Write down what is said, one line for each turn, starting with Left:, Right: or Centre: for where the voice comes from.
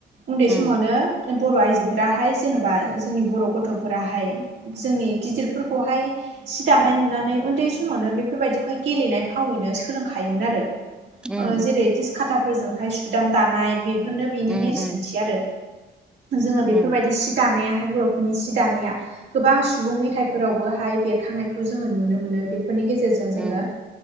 Right: उन्दै
Centre: उम
Right: समावनो बर' आइजोफोराहाय जेन'बा जोंनि बर' गथ'फोराहाय जोंनि गिदिरफोरखौहाय सि दानाय नुनानै उन्दै समावनो बेफोरबायदिखौहाय गेलेनाय फावैनो सोलोंखा खायोमोन आरो
Centre: उम
Right: ओ
Centre: उम
Right: जेरै दिस खाथाफोरजोंहाय सुदाम दानाय बे बेफोरनो बिनि
Centre: उम
Right: नेरसोनथि
Centre: उम
Right: आरो जोङो बेफोरबायदि
Centre: उम
Right: सिद सि दानायाहाय बर'फोरनि सि दानाया गोबां सुबुं मेथाइफोरावबोहाय बेरखांनायखौ जोङो नुनो मोनो बेफोरनि गेजेर जों जोङो'
Centre: उम